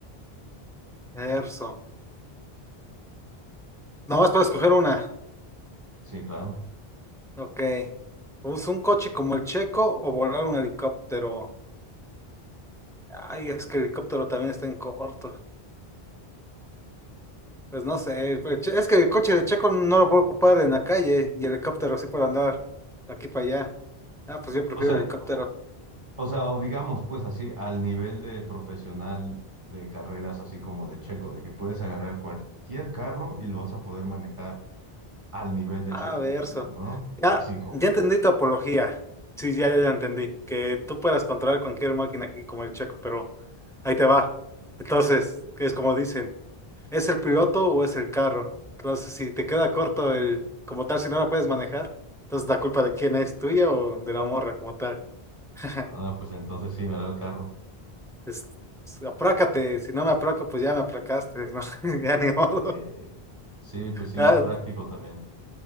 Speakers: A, in the centre; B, on the right.
A: Erso. Nomás puedo escoger una.
B: Sí, claro.
A: Ok. ¿Usa un coche como el Checo o volar un helicóptero? Ay, es que el helicóptero también está en corto. Pues no sé, pues, che- es que el coche de Checo no lo puedo ocupar en la calle y el helicóptero sí para andar de aquí para allá. Ah, pues yo prefiero
B: O sea,
A: helicóptero.
B: o sea, o digamos, pues así, al nivel de profesional de carreras, así como de Checo, de que puedes agarrar cualquier carro y lo vas a poder manejar al nivel de
A: Ah,
B: Checo,
A: verso.
B: digamos, ¿no?
A: Ya,
B: Así como.
A: ya entendí tu apología. Sí, ya, ya,
B: ¿no?
A: ya entendí. Que tú puedas controlar cualquier máquina aquí como el Checo, pero ahí te va. Entonces, es como dicen, ¿es el piloto o es el carro? Entonces, si te queda corto el, como tal, si no la puedes manejar, entonces la culpa de quién es, tuya o de la morra como tal. <laughs>
B: Ah, pues entonces sí, verá el carro.
A: es- pues, aprácate, si no me aplaco, pues ya me apracaste ¿no? <laughs> Ya ni modo.
B: Eh, sí, pues sí,
A: Ah,
B: más práctico también.